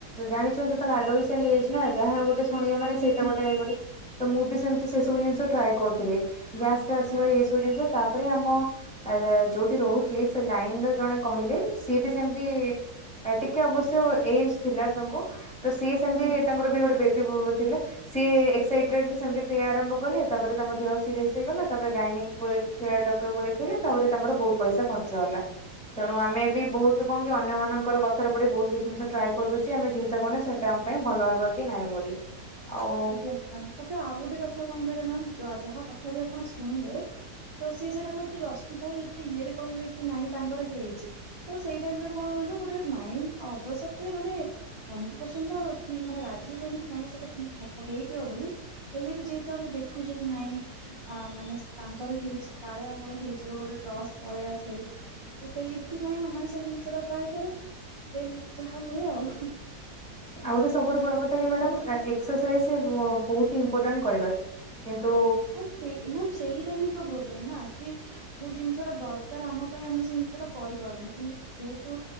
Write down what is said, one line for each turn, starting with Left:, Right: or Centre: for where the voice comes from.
Centre: ଜାଣିଚ
Right: ଆଜ୍ଞା
Centre: ଯେତେବେଳେ ଏଡଲ୍ଟ ସେ ନା ଯାହା ଗୋଟେ ଶୁଣିବେ ମାନେ
Right: ଆଜ୍ଞା
Centre: ସେଇଟା ଗୋଟେ ହେଇପ ତ ମୁଁ ବି ସେମିତି ସେ ସବୁ ଜିନିଷ ଟ୍ରାଏ କରୁଥିଲି ଗ୍ୟାସ ଫ୍ୟାସ
Right: ଆଜ୍ଞା
Centre: ପାଇଁ ଏଇ ସବୁ ଜିନିଷ ତାପରେ ଆମ ଯୋଉଠି ରହୁଥିଲି ସେ ଲାଇନ ର ଜଣେ କହିଲେ ସିଏ ବି ସେମତି ଟିକେ ଅବଶ୍ୟ ଏଜ୍ ଥିଲା ତାଙ୍କୁ ତ ସିଏ ସେଟା ହଉଚି
Right: ଆଜ୍ଞା।
Centre: ତାଙ୍କର ବେ ଗୋଟେ ବେ ସେ ବୋ ଥିଲା ସିଏ ଏକ୍ସାଇଟେଡରେ ସେମତି ପିୟା ଆରମ୍ଭ କଲେ ତାପରେ ତାଙ୍କ ଦେହ ସିରିଏସ ହେଇଗଲା। ତାପରେ ଗାଇନୀଙ୍କି ଦେଖ ଡକ୍ଟରଙ୍କୁ ଦେଖେଇଲେ ତାପରେ ତାଙ୍କର ବହୁତ ପଇସା ଖର୍ଚ୍ଚ ହେଲା। ତେଣୁ ଆମେ ବି ବହୁତ କମ କି ଅନ୍ୟମାନଙ୍କର କଥାରେ ପଡି ବହୁତ କିଛି ଜିନିଷ ଟ୍ରାଏଦଉଚେ ଯେ ଆମେ ଚିନ୍ତା କରେ ସେଟା ଆମ ପାଇଁ ଭଲ ହବ କି ନାହିଁ ବୋଲି। ଆଉ
Right: ଆଜ୍ଞା ମ୍ୟାମ୍ ତ ଆଉ ଗୋଟେ କଥା କଣ କହିଲେ ମ୍ୟାମ୍ ଯାହା କଥା ବି ଆପଣ ଶୁଣିବେ ତ ସିଏ ସେଟାକୁ ଏତେ ଜଷ୍ଟିଫାଇ ଏତେ ଇଏରେ କହିବେ କି ନାଇଁ ତାଙ୍କର ହେଇଛି। ତ ସେଇ ଟାଇମ ରେ କଣ କହିଲ ଗୋଟେ ମାଇଣ୍ଡ ଅବଶ୍ୟ ସେତେ ମାନେ ହଣ୍ଡେଡ୍ ପରସେଣ୍ଟ ତ ଠିକ ମାନେ ରାଜି ହୁଏନି କି ନାହିଁ ସେଟା ଠିକ୍। ହବ ହେଇଯ ବୋଲି ହେଲେ ବି ଯେହେତୁ ଆମେ ଦେଖୁଛେ କି ନାଇଁ। ଅ ମାନେ ତାଙ୍କର ହେଇଛି କାଳେ ଆମର ହେଇଯିବ ଗୋଟେ ଟ୍ରଷ୍ଟ ପଳେଇ ଆସେ। ସେଇଥିପାଇ ଆମେ ମାନେ ସେଇ ଜିନିଷ ଟା ଟ୍ରାଏ କରୁ ଦେନ୍ ଯାହା ହୁଏ ଆଉ।
Centre: ଆଉ ଗୋଟେ ସବୁଠୁ ବଡ କଥା କି ମ୍ୟାଡମ୍ ଏକ୍ସରସାଇଜ ବହୁତ ଇମ୍ପୋଟାଣ୍ଟ କରିବା। କିନ୍ତୁ
Right: ସେଇ ମାମ୍ ସେଇଟା ହିଁ ତ ପ୍ରୋବ୍ଲେମ୍ ନା କି ଯୋଉ ଜିନିଷ ଟା ଦରକାର ଆମ ପାଇଁ ଆମେ ସେ ଜିନିଷ ଟା କରିପାରୁନେଇ କିନ୍ତୁ ଯେହେତୁ